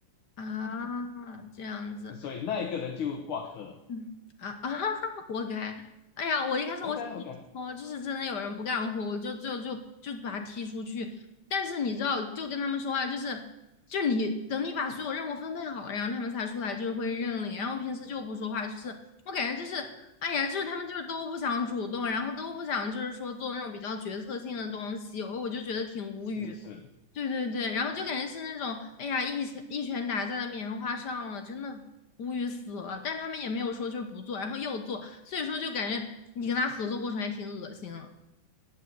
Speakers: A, on the left; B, on the left.
A: 啊，这样子。
B: 所以那一个人就挂科了。
A: 嗯啊啊，<laughs> 活该！哎呀，我一开始我想跟你说，
B: OK OK，
A: 就是真的有人不干活，我就就就就把他踢出去。但是你知道，就跟他们说话，就是就是你等你把所有任务分配好了，然后他们才出来，就是会认领。然后平时就不说话，就是我感觉就是，哎呀，就是他们就是都不想主动，然后都不想就是说做那种比较决策性的东西，我我就觉得挺无语
B: 是是。
A: 对对对，然后就感觉是那种，哎呀，一拳一拳打在了棉花上了，真的无语死了。但是他们也没有说就是不做，然后又做，所以说就感觉你跟他合作过程还挺恶心的。